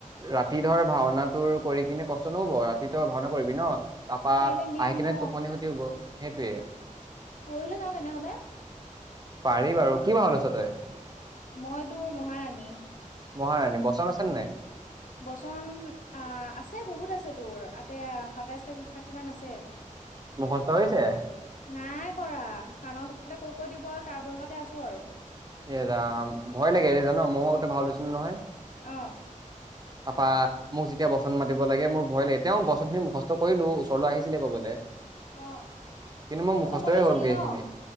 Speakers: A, on the right; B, on the left.
A: ৰাতি ধৰ ভাওনা তোৰ কৰি কিনে কষ্ট নহব ৰাতি ত ভাওনা কৰিবি ন? তাৰপা
B: অ কাইলে মেইন
A: খাই কিনে
B: ন
A: টোপনি খতিও হব সেইটোয়ে
B: পৰহিলে যাওঁ তেনেহলে
A: পাৰি বাৰু কি ভাউ লৈছ তই!
B: মই তোৰ মহাৰাণী।
A: মহাৰাণী বচন আছে
B: উম,
A: নে নাই?
B: বচন আহ আছে বহুত আছে তোৰ এতিয়া সাতাইশ তাৰিখ কিমান আছে,
A: মুখস্থ হৈছে?
B: নাই কৰা কাণৰ ওচৰতে কৈ কৈ দিব আৰু তাৰ ভৰষাতে আছো আৰু।
A: এ ৰাম ভয় লাগে এ জান মইও আগতে ভাউ হৈছিলো নহয়।
B: অ
A: তাপা মোক তেতিয়া বচন মাতি লাগে মোৰ ভয় লাগে, তেওঁ বচনখিনি মুখস্থ কৰিলো ওচৰলৈ আহিছিলে ক'বলে।
B: অ
A: কিন্তু মই
B: অ
A: মুখস্থই
B: তই কৰিছিলি
A: হ'লগৈ
B: ন
A: এইখিনি।